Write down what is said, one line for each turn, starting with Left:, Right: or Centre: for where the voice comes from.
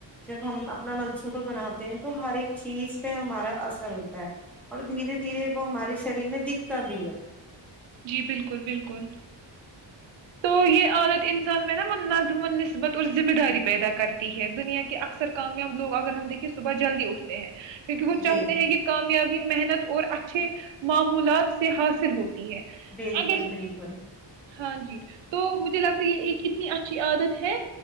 Centre: جب ہم اپنا منصوبہ بناتے ہیں تو ہر ایک چیز پہ ہمارا اثر ہوتا ہے اور دھیرے دھیرے وہ ہمارے شریر میں دکھتا بھی ہے
Right: جی بالکل بالکل تو یہ عادت انسان میں نا وہ نظم و نسبت اور ذمہ داری پیدا کرتی ہے دنیا کے اکثر کامیاب لوگ اگر ہم دیکھیے صبح جلدی اٹھتے ہیں کیونکہ وہ
Centre: جی
Right: چاہتے
Centre: جی
Right: ہیں یہ کامیابی محنت اور اچا اچھے معمولات سے حاصل ہوتے ہے
Centre: بالکل
Right: اگر
Centre: بالکل
Right: ہاں جی تو مجھے لگتا ہے یہ ایک اتنی اچھی عادت ہے